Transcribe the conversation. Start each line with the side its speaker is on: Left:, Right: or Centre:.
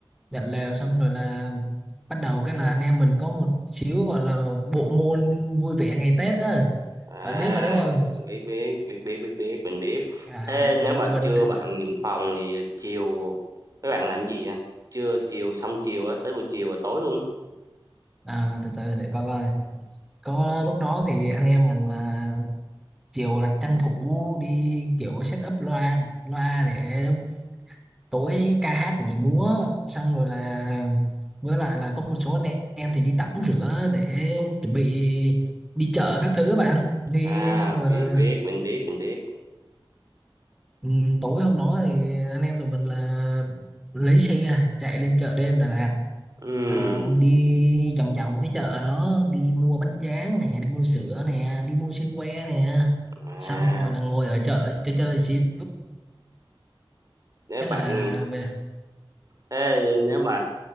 Centre: nhận lều xong rồi là bắt đầu cái là anh em mình có một xíu gọi là bộ môn vui vẻ ngày Tết đó
Right: À,
Centre: bạn biết mà đúng không
Right: biết biết biết biết biết biết mình biết.
Centre: à,
Right: Thế nếu mà
Centre: mình
Right: trưa bạn nhận phòng thì chiều mấy bạn làm gì vậy? Trưa chiều xong chiều á, tới buổi chiều và tối luôn.
Centre: à, từ từ để coi coi có lúc đó thì anh em mình là chiều là tranh thủ đi kiểu set up loa loa để tối ca hát nhảy múa xong rồi là với lại là có một số anh em thì đi tắm rửa để chuẩn bị đi chợ các thứ các bạn đi
Right: À,
Centre: xong rồi
Right: biết
Centre: là
Right: biết mình biết mình biết.
Centre: ừ, tối hôm đó thì anh em tụi mình là lấy xe chạy lên chợ đêm Đà Lạt
Right: Ừm,
Centre: Ờ, đi vòng vòng cái chợ đó đi mua bánh tráng nè đi mua sữa nè đi mua sữa que nè
Right: à,
Centre: xong rồi là ngồi ở chợ chơi chơi xíu
Right: nếu
Centre: cái
Right: bạn
Centre: là về
Right: thế nếu mà